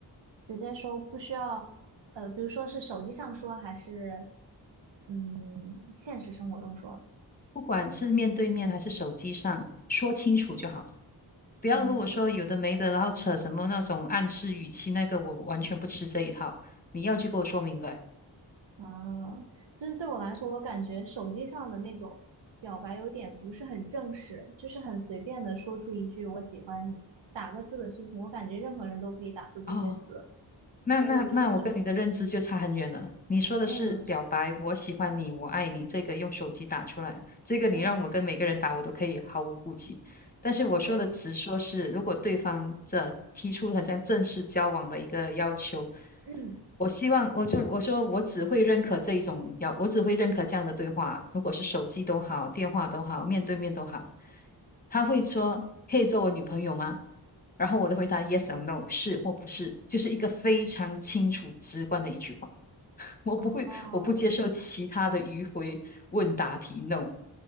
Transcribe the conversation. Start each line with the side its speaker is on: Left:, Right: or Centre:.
Right: 直接说不需要，呃，比如说是手机上说，还是嗯现实生活中说？
Left: 不管是面对面还是手机上，说清楚就好了。不要跟我说有的没的，
Right: 嗯。
Left: 然后扯什么那种暗示语气，那个我完全不吃这一套。你要就给我说明白。
Right: 啊，其实对我来说，我感觉手机上的那种表白有点不是很正式，就是很随便的说出一句“我喜欢你”，打个字的事情，我感觉任何人都可以打出这些字，
Left: 哦那那那我跟你的认知就差很远了。
Right: 所以我就会觉得，嗯
Left: 你说的是表白，
Right: 嗯，
Left: 我喜欢你，我爱你，这个用手机打出来，这个你让我跟每个人打，
Right: 嗯
Left: 我都可以毫无顾忌。但是我说的直说是，
Right: 对，
Left: 如果对方这提出很像正式交往的一个要求，
Right: 嗯，
Left: 我希望我就我说我只会认可这一种要，我只会认可这样的对话，如果是手机都好，电话都好，面对面都好，他会说可以做我女朋友吗？然后我的回答 yes or no 是或不是，就是一个非常清楚直观的一句话。<laughs> 我不会，
Right: 哦。
Left: 我不接受其他的迂回问答题 no。